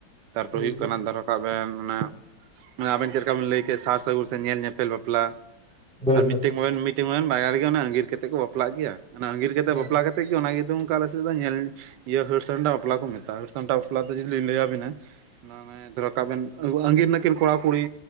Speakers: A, on the right; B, in the centre.
A: ᱛᱟᱨᱯᱚᱨᱮ
B: ᱦᱳᱭ
A: ᱦᱩᱭᱩᱜ ᱠᱟᱱᱟ ᱫᱷᱚᱨᱚ ᱠᱟᱜ ᱵᱮᱱ ᱢᱟᱱᱮ, ᱟᱵᱮᱱ ᱪᱮᱫ ᱞᱮᱠᱟ ᱵᱮᱱ ᱞᱟᱹᱭ ᱠᱮᱫ ᱥᱟᱨ ᱥᱟᱹᱜᱩᱱ ᱥᱮ ᱧᱮᱞ ᱧᱮᱯᱮᱞ ᱵᱟᱯᱞᱟ,
B: ᱦᱳᱭ
A: ᱟᱨ ᱢᱤᱫᱴᱮᱱ ᱢᱚᱭᱮᱱ ᱢᱤᱫᱴᱮᱱ ᱢᱚᱭᱮᱱ ᱵᱟᱭᱟᱨ ᱨᱮᱜᱤ ᱚᱱᱟ ᱟᱸᱜᱤᱨ ᱠᱟᱛᱮᱫ ᱠᱚ ᱵᱟᱯᱞᱟᱜ ᱜᱮᱭᱟ ᱚᱱᱟ ᱟᱜᱤᱨ ᱠᱟᱛᱮ
B: ᱦᱳᱭ
A: ᱵᱟᱯᱞᱟ ᱠᱟᱛ <unintelligible> ᱥᱮᱫ ᱧᱮᱞ ᱤᱭᱟᱹ ᱥᱟᱱᱴᱟ ᱵᱟᱯᱞᱟ ᱠᱚ ᱢᱮᱛᱟᱜᱼᱟ, ᱦᱟᱹᱨᱥᱟᱢᱴᱟ ᱵᱟᱯᱞᱟ ᱡᱩᱫᱤ ᱞᱟᱹᱭᱟᱵᱤᱱᱟ, <unintelligible> ᱠᱟᱜᱵᱮᱱ ᱟᱺᱜᱤᱨ ᱱᱟᱠᱤᱱ ᱠᱚᱲᱟ ᱠᱩᱲᱤ,